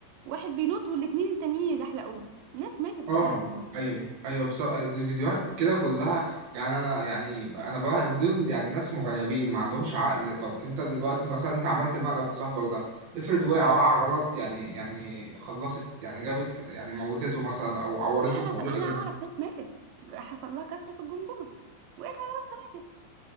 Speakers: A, on the right; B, on the right.
A: واحد بينط والاتنين التانيين يزحلقوه ناس ماتت بسبب
B: اه
A: الموضوع
B: ايوه
A: ده
B: ايوه بس دي فيديوهات كده كلها يعني انا يعني انا بلاحظ دول يعني ناس مغيبين ما عندهمش عقل طب انت دلوقتي مثلا انت عملت مقلب في صاحبك ده افرض وقع وقع غلط يعني يعني خلصت يعني جابت يعني موتته مثلا او عورته
A: لا أنا
B: بأي
A: أنا
B: <laughs>
A: أعرف
B: حاجة.
A: ناس ماتت حصل لها كسر في الجمجمة وقعت على راسها